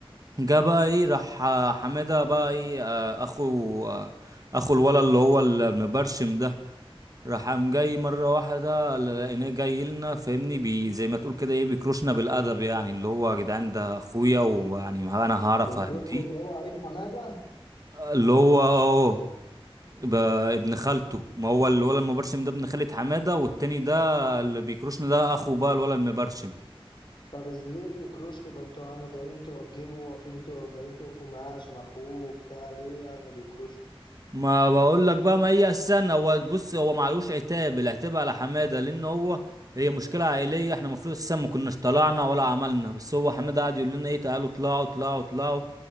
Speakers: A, on the right (about 35°); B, on the left (about 50°).
A: جه بقى ايه راح آه، حماده بقى ايه آه، اخو آه، اخو الولد اللي هو المبرشم ده راح قام جاي مره واحده لقيناه جاي لنا فاهمني بي زي ما تقول كده ايه بيكروشنا بالادب يعني اللي هو يا جدعان ده اخويا ويعني ما انا هعرف
B: بيكروشكو
A: اهديه
B: اللي هو قريب حمادة
A: اللي هو اه ب- ابن خالته ما هو الولد المبرشم ده ابن خالة حماده والتاني ده اللي بيكروشنا ده اخو بقى الولد المبرشم
B: طب إز- ليه بيكروشكو ده انتوا يعني جايين توجبوا واقفين تو- جايين تقفوا معاه عشان أخوه وبتاع ليه يعني بيكروشكو؟
A: ما بقول لك بقى ما هي السنة هو بص هو معلوش عتاب العتاب على حمادة لأن هو هي مشكلة عائلية احنا المفروض السنة ما كناش طلعنا ولا عملنا بس هو حمادة قعد يقول لنا ايه تعالوا اطلعوا اطلعوا اطلعوا